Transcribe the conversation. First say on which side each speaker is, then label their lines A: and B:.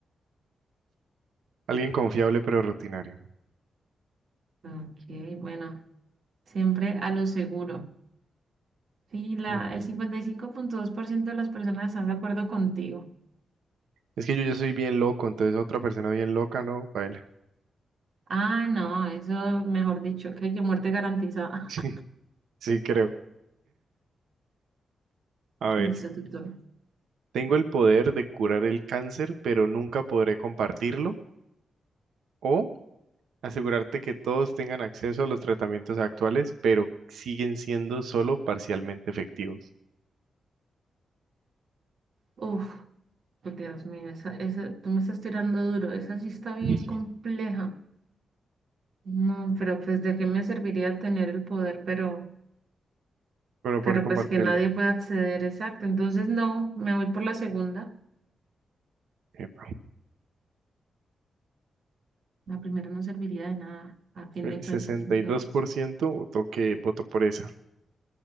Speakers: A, on the right (about 85°); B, on the right (about 65°).
A: Alguien confiable pero rutinario.
B: Ok, bueno, siempre a lo seguro. Sí, la,
A: Ujú.
B: el cincuenta y cinco punto dos por ciento de las personas están de acuerdo contigo.
A: Es que yo, yo soy bien loco, entonces otra persona bien loca, ¿no? Baila. <laughs>
B: Ah, no, eso mejor dicho, que hay que muerte garantizada.
A: Sí,
B: <laughs>
A: sí, creo. A ver,
B: Listo, tutor.
A: tengo el poder de curar el cáncer, pero nunca podré compartirlo. O asegurarte que todos tengan acceso a los tratamientos actuales, pero siguen siendo solo parcialmente efectivos.
B: Uf, Dios mío, esa, esa, tú me estás tirando duro, esa sí está bien
A: <laughs>
B: compleja. No, pero pues de qué me serviría tener el poder, pero,
A: Bueno,
B: pero
A: poder compartirlo.
B: pues que nadie pueda acceder, exacto. Entonces no, me voy por la segunda.
A: Epa.
B: La primera no serviría de nada, a fin
A: El
B: de cuentas.
A: sesenta
B: Entonces,
A: y dos por ciento votó que votó por esa.